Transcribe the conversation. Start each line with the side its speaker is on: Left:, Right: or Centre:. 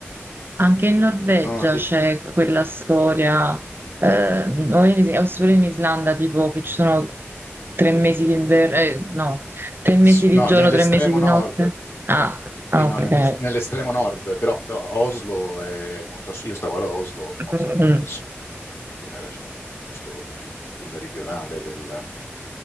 Right: Anche in Norvegia
Left: no, di-
Right: c'è quella storia, eh, o, in- o solo in Islanda, tipo che ci sono tre mesi di inverno, eh, no, tre mesi
Left: s-
Right: di
Left: no,
Right: giorno,
Left: nell'estremo
Right: tre mesi di
Left: nord.
Right: notte. Ah, ah,
Left: Sì, no,
Right: ok.
Left: nelle- nell'estremo nord, però eh, Oslo è molto a sud. Io stavo ad Oslo, Oslo
Right: Mm.
Left: è molto a sud, eh, quella era il posto più, più meridionale del...